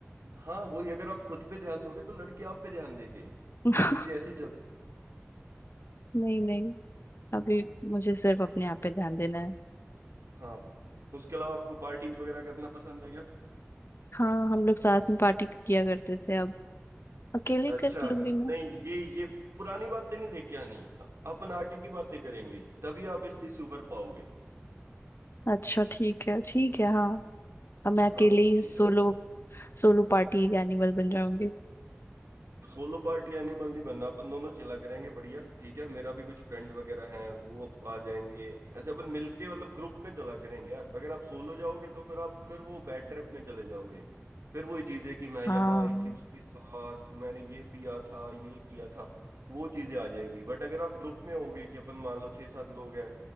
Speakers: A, on the right; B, on the left.
A: हाँ वही अगर आप खुद पे ध्यान दोगे तो लड़के आप पे ध्यान देंगे ये
B: <laughs>
A: चीजें ऐसी चल
B: नहीं नहीं अभी मुझे सिर्फ अपने आप पे ध्यान देना है
A: हाँ उसके अलावा आपको पार्टीज वगैरह करना पसंद है
B: हाँ हम लोग साथ में पार्टी किया करते थे अब अकेले
A: अच्छा
B: कर लूंगी मैं
A: नहीं ये ये पुरानी बातें नहीं लेके आनी अ- अपन आगे की बातें करेंगे तभी आप इस चीज से उबर पाओगे
B: अच्छा ठीक है ठीक है हाँ अब मैं अकेले
A: हाँ
B: ही
A: ठीक
B: सोलो
A: है
B: सोलो पार्टी एनिमल बन जाऊंगी
A: सोलो पार्टी एनिमल नहीं बनना अपन दोनों चिला करेंगे बढ़िया ठीक है मेरा भी कुछ फ्रेंड्स वगैरह हैं वो आ जाएंगे ऐसे अपन मिलके मतलब ग्रुप में चला करेंगे यार अगर आप सोलो जाओगे तो फिर आप फिर वो बैड ट्रिप में चले जाओगे फिर वही चीजें कि मैं
B: हाँ
A: यहाँ आई थी उसके साथ मैंने ये पिया था ये किया था वो चीजें आ जाएंगी बट अगर आप ग्रुप में होगे कि अपन मान लो छः सात लोग हैं